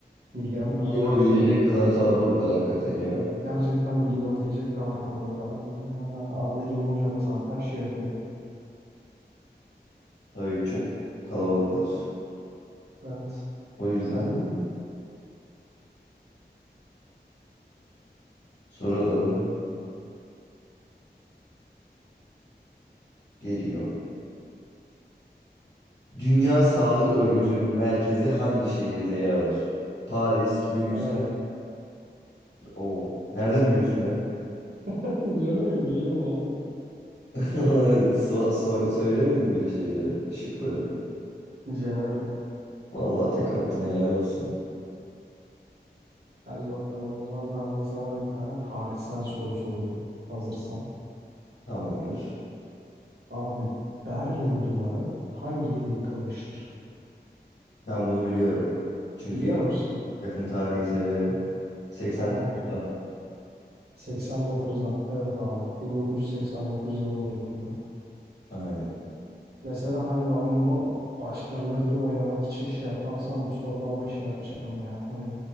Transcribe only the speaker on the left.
Biliyor
diyecek
kadar kalabalıklar
hakikaten ya.
Tabii çok kalabalıklar.
O yüzden
soralım geliyor. Dünya Sağlık Örgütü'nün merkezi hangi şehirde yer alır? Paris, Brüksel.
Oo. Nereden biliyorsun be?
<laughs> So- so- söylemedim bile şeyleri, şıkları.
Vallahi tek attın helal olsun.
Tamamdır.
Ben bunu biliyorum. Çünkü
yak-
yakın tarihi severim. 89'da.
Aynen.